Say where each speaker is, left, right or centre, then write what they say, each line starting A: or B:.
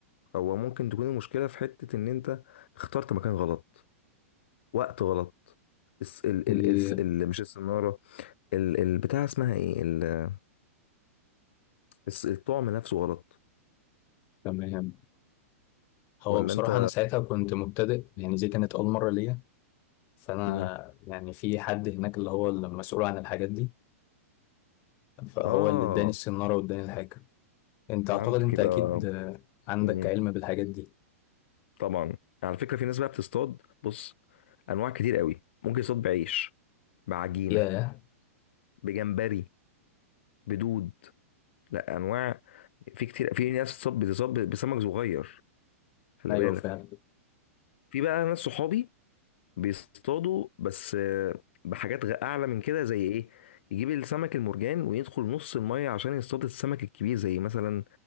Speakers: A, on the left; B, on the left.
A: هو ممكن تكون المشكله في حته ان انت اخترت مكان غلط وقت غلط الس... ال...
B: إيه،
A: ال... الس- ال... مش السناره ال... البتاع اسمها ايه ال... الس- الطعم نفسه غلط
B: تمام هو
A: ولا
B: بصراحة
A: انت
B: أنا ساعتها كنت مبتدئ يعني دي كانت أول مرة ليا فأنا
A: مم.
B: يعني في حد هناك اللي هو المسؤول عن الحاجات دي فهو
A: اه
B: اللي اداني السنارة واداني الحاجة انت
A: فهمتك
B: اعتقد انت
A: يبقى
B: اكيد آه، عندك
A: مم.
B: علم بالحاجات دي
A: طبعا على فكره في ناس بقى بتصطاد بص انواع كتير قوي ممكن يصطاد بعيش بعجينه
B: ياه
A: بجمبري بدود لا انواع في كتير في ناس بتصطاد بتصطاد بسمك صغير خلي
B: ايوه
A: بالك
B: فعلا
A: في بقى ناس صحابي بيصطادوا بس آه، بحاجات غ- اعلى من كده زي ايه يجيب السمك المرجان ويدخل نص الميه عشان يصطاد السمك الكبير زي مثلا